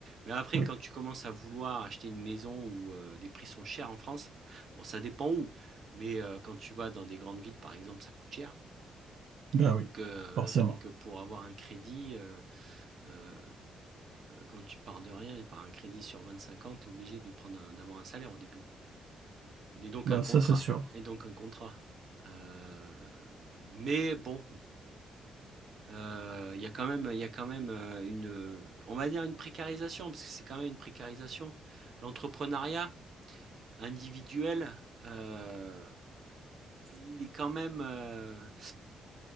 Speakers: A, on the right; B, on the right.
A: Mais après,
B: oui,
A: quand tu commences à vouloir acheter une maison où euh, les prix sont chers en France, bon, ça dépend où. Mais euh, quand tu vas dans des grandes villes, par exemple, ça coûte cher.
B: ben
A: Donc
B: oui,
A: heu,
B: forcément.
A: donc pour avoir un crédit, heu heu, quand tu pars de rien et par un crédit sur 25 ans, tu es obligé de prendre un d'avoir un salaire au début et donc
B: Ben
A: un contrat
B: ça, c'est sûr.
A: et donc un contrat. Heu, mais bon, heu, il y a quand même il y a quand même, heu, une, on va dire une précarisation parce que c'est quand même une précarisation. L'entrepreneuriat individuel, heu, il est quand même, heu